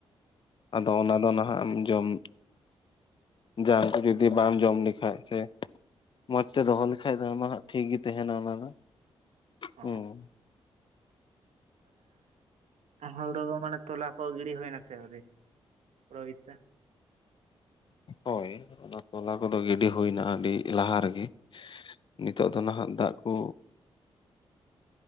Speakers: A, on the left; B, on the right.
A: ᱟᱫᱚ ᱚᱱᱟ ᱫᱚ ᱱᱟᱦᱟᱜ ᱮᱢ ᱡᱚᱢ ᱡᱟᱦᱟᱸ ᱠᱚ ᱡᱩᱫᱤ ᱵᱟᱢ ᱡᱚᱢ ᱞᱮᱠᱷᱟᱡ ᱥᱮ ᱢᱚᱸᱡᱽ ᱛᱮ ᱫᱚᱦᱚ ᱞᱮᱠᱷᱟᱱ ᱫᱚ ᱚᱱᱟ ᱫᱚ ᱦᱟᱸᱜ ᱴᱷᱤᱠ ᱜᱮ ᱛᱟᱦᱮᱱᱟ ᱚᱱᱟ ᱫᱚ
B: ᱦᱚᱸ
A: ᱦᱩᱸ
B: ᱾ ᱛᱟᱦᱮᱞ ᱦᱩᱲᱩ ᱢᱟᱱᱮ ᱛᱚᱞᱟ ᱠᱚ ᱜᱤᱲᱤ ᱦᱩᱭᱱᱟᱥᱮ ᱟᱹᱣᱨᱤ ᱦᱩᱲᱩ ᱠᱷᱮᱛᱮ?
A: ᱦᱳᱭ ᱚᱱᱟ ᱛᱚᱞᱟ ᱠᱚᱫᱚ ᱜᱤᱰᱤ ᱦᱩᱭᱱᱟ ᱟᱹᱰᱤ ᱞᱟᱦᱟ ᱨᱮᱜᱮ ᱟᱨ ᱠᱤ ᱱᱤᱛᱚᱜ
B: ᱟᱪᱪᱷᱟ
A: ᱫᱚ ᱱᱟᱦᱟᱜ ᱫᱟᱜ ᱠᱚ